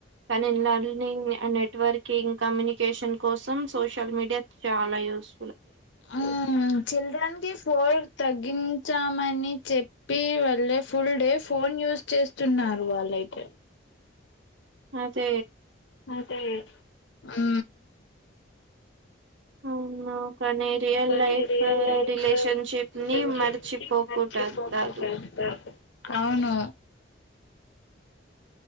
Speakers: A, on the right; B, on the left.
A: కానీ లెర్నింగ్ నెట్వర్కింగ్ కమ్యూనికేషన్ కోసం సోషల్ మీడియా చాలా యూస్
B: ఆ చిల్డ్రన్ కి ఫోర్త్ తగ తగ్గించామని చెప్పి వాళ్ళే ఫుల్ డే ఫోన్ యూస్ చేస్తున్నారు వాళ్ళైతే
A: అదే
B: అదే ఉ
A: అవును కానీ రియల్
B: కానీ
A: లైఫ్
B: రియల్ లైఫ్
A: రిలేషన్షిప్
B: రిలేషన్షిప్
A: ని మర్చిపోకూడ
B: ని మర్చిపోతుంటారు
A: కాదు
B: అవును